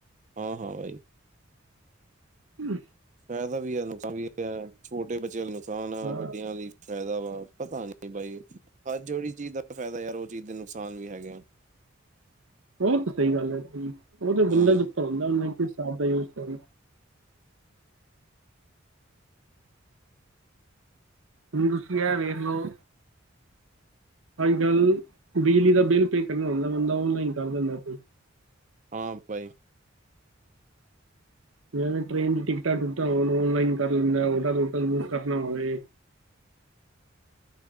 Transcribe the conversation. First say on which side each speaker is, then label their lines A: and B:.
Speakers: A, on the right; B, on the right.
A: ਹਾਂ, ਹਾਂ, ਬਾਈ।
B: ਹਮ,
A: ਫ਼ਾਇਦਾ ਵੀ ਆ ਨੁਕਸਾਨ ਵੀ, ਛੋਟੇ ਬੱਚਿਆਂ ਲਈ ਨੁਕਸਨ ਆ,
B: ਹਾਂ
A: ਵਡਿਆ ਲਈ ਫਾਇਦਾ, ਆ ਪਤਾ ਨਈ ਜੀ ਬਾਈ ਅੱਜ ਵੀ ਚੀਜ਼ ਦਾ ਫਾਇਦਾ ਯਾਰ, ਉਹ ਚੀਜ਼ ਦੇ ਨੁਕਸਾਨ ਵੀ ਹੈਗਾ
B: ਉਹਹੁ ਤਾਂ ਸਹੀ ਗੱਲ ਹੈ, ਉਹ ਤਾਂ
A: ਹਮ
B: ਬੰਦਾ ਦਿੱਤਾ ਹੁੰਦਾ, ਉਹ ਕਿਸ ਹਿਸਾਬ ਦਾ ਯੂਜ ਕਰ, ਹੁਣ ਤੁਸੀ, ਆ ਵੇਖਲੋ ਅੱਜ ਕੱਲ੍ਹ, ਬਿਜਲੀ ਦਾ ਬਿੱਲ ਪੇ ਕਰਨਾ ਹੁੰਦਾ, ਬੰਦਾ ਔਨਲਾਈਨ ਕਰ ਦਿੰਦਾ ਕੋ
A: ਹਾਂ, ਬਾਈ।
B: ਯ ਟ੍ਰੇਨ ਦੀ ਟਿਕਟਾਂ ਟੁਕਟਾਂ ਔਨਲਾਈਨ ਕਰ ਲੈਂਦਾ, ਹੋਟਲਟਲ ਬੁੱਕ ਕਰਨਾ ਹੋਵੇ